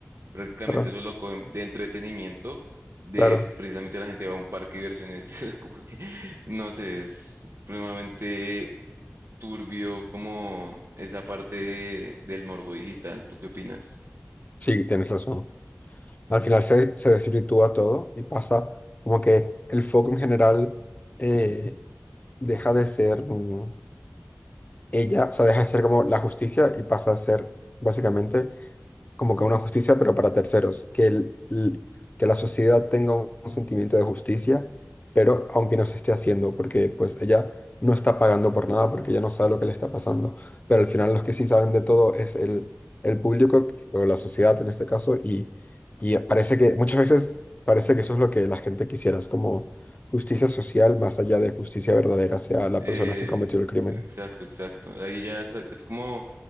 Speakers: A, on the right (about 70°); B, on the left (about 35°).
A: prácticamente
B: Claro,
A: eso lo cogen de entretenimiento, de
B: claro.
A: precisamente la gente va a un parque de diversiones, <laughs> como que, no sé, es supremamente turbio como esa parte de- del morbo digital. ¿Tú qué opinas?
B: sí, tienes razón. Al final se, se desvirtúa todo y pasa como que el foco en general eh, deja de ser mm, ella, o sea, deja de ser como la justicia y pasa a ser básicamente como que una justicia, pero para terceros, que, el, l- que la sociedad tenga un, un sentimiento de justicia, pero aunque no se esté haciendo, porque pues ella no está pagando por nada, porque ella no sabe lo que le está pasando, pero al final los que sí saben de todo es el, el público o la sociedad en este caso, y, y parece que muchas veces parece que eso es lo que la gente quisiera, es como justicia social más allá de justicia verdadera hacia la
A: Eh,
B: persona que cometió el crimen.
A: exacto, exacto. Ahí ya es, es como